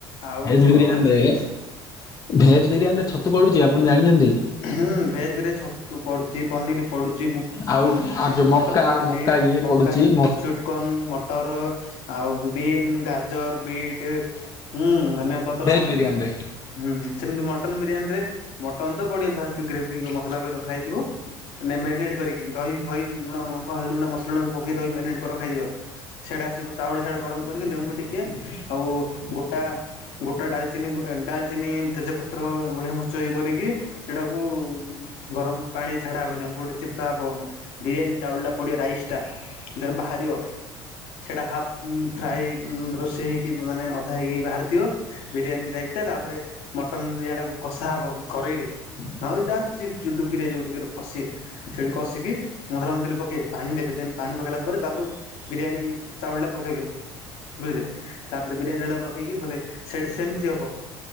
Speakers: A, on the left; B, on the left.
A: ଆଉ
B: ଭେଜ୍ ବିରିୟାନୀ ରେ ଭେଜ୍ ବିରିୟାନୀ ରେ ଛତୁ ପଡୁଚି, ଆପଣ ଜାଣିଚନ୍ତି?
A: ହୁଁ, ଭେଜ୍ ବିରେ ଛତୁ ପଡୁଚି, ପନିରି ପଡୁଚି, ବୁ
B: ଆଉ
A: ଉଁ
B: ଆଉ ଯୋଉ ମକା
A: ମଟର ପଡୁଚି।
B: ମକା ଇଏ
A: ମକାସ୍,
B: ପଡୁଛି
A: ସୁୁଇଟ୍ କନ୍, ମ ମଟର ଆଉ ବିନ୍, ଗାଜର୍, ବିଟ୍, ହୁଁ ଧନିଆ ପତ୍ର।
B: ଭେଜ୍ ବିରିୟାନୀ ରେ।
A: ହୁଁ ସେମତି ମଟନ୍ ବିରିୟାନୀ ରେ, ମଟନ୍ ତ ପଡିବ ଫାଷ୍ଟ୍‌ରୁ ଗ୍ରେଭି ମସଲା କରି ରଖା ହେଇଥିବ। ନାଇ ମେଗେନେଟ୍ କରିକି, ଦହି ଫହି, ଲୁଣ ଲଙ୍କା, ହଳଦୀ ଗୁଣ୍ଡ, ମସଲା ଗୁଡା ପକେଇ ଦହି ମ୍ୟାଗ୍‌ନେଟ୍ କରି ରଖା ଯାଇଥିବ। ସିଆଡେ ଆସିବୁ ଚାଉଳ ସିଆଡେ ଗରମ କରିକି ଲେମ୍ବୁ ଟିକେ ଆଉ ଗୋଟା ଗୋଟା ଡାଲ୍‌ଚିନି କୁ ଏ, ଡାଲ୍‌ଚିନି, ତେଜପତ୍ର, ଗୋଳିଆ ମରିଚ ଇଏ କରିକି ସେଇଟାକୁ ଗରମ ପାଣି ଛାଡା ହବ, ଲେମ୍ବୁ ଗୋଟେ ଚିପୁଡା ହବ। ବିରିୟାନୀ ଚାଉଳ ଟା ପଡିବ, ରାଇସ ଟା, ଦେନ ବାହାରିବ ସେଟା ହାଫ୍ ଫ୍ରାଏ ରୋଷେଇ ହେଇକି, ମାନେ ଅଧା ହେଇକି ବାହାରିଥିବ ବିରିୟାନୀ ରାଇସ୍ ଟା, ତାପରେ ମଟନ ଇଆଡ଼େ କଷା ହବ, କରେଇରେ, ନଏଲେ ଡୁବିରେ ଯୋଉ ପସେ। ସେଇଠି କଷିକି, ମସଲା ମସଲି ପକେଇ, ପାଣି ଦେବେ, ଦେନ ପାଣି ପକେଇଲା ପରେ ତାପରେ ବିରିୟାନୀ ଚାଉଳ ଟା ପକେଇବେ। ବୁଝିଲେ, ତାପରେ ବିରିୟାନୀ ଚାଉଳ ଟା ପକେଇକି ଘୋଲେ, ସେଇଠି ସେମିତି ହବ।